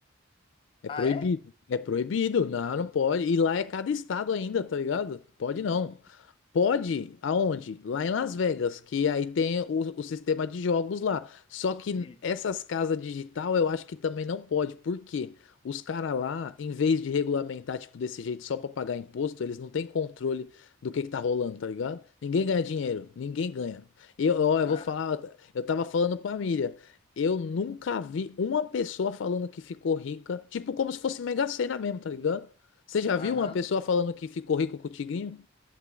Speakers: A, on the left; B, on the left.
A: É
B: Ah,
A: proibido.
B: é?
A: É proibido. Não, não pode. E lá é cada estado ainda, tá ligado? Pode não.
B: Hum,
A: Pode? Aonde? Lá em Las Vegas, que aí tem o, o sistema de jogos lá. Só que
B: Isso.
A: essas casas digital eu acho que também não pode. Por quê? Os caras lá, em vez de regulamentar, tipo, desse jeito só pra pagar imposto, eles não têm controle do que que tá rolando, tá ligado? Ninguém ganha dinheiro, ninguém ganha. Eu, ó, eu
B: Ah,
A: vou falar, eu tava falando pra Miriam, eu nunca vi uma pessoa falando que ficou rica, tipo, como se fosse Mega Sena mesmo, tá ligado? Você já
B: Aham.
A: viu uma pessoa falando que ficou rico com o tigrinho?